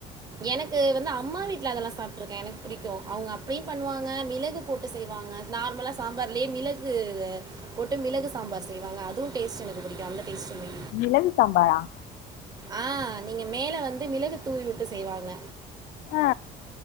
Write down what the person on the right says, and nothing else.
எனக்கு வந்து அம்மா வீட்ல அதலா சாப்ட்ருக்கே எனக்கு புடிக்கூ அவங்க அப்பயு பண்ணுவாங்க மிளகு போட்டு செய்வாங்க நார்மலா சாம்பார்லயே மிளகூவ போட்டு மிளகு சாம்பார் செய்வாங்க அதுவு டேஸ்ட் எனக்கு பிடிக்கு அந்த டேஸ்டுமே
ஆ நீங்க மேல வந்து மிளகு தூவி வுட்டு செய்வாங்க